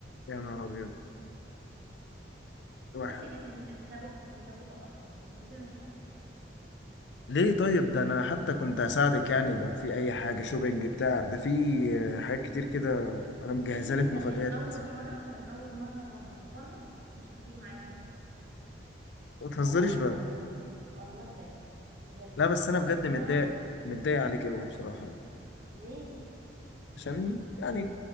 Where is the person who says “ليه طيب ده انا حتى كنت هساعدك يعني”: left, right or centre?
Left